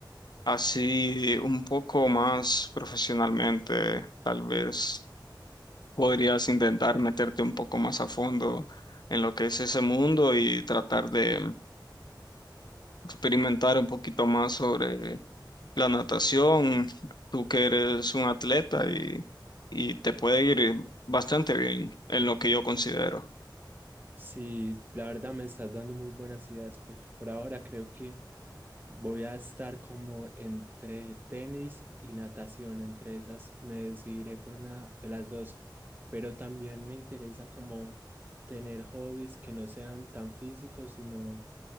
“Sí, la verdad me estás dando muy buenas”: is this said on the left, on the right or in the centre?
Right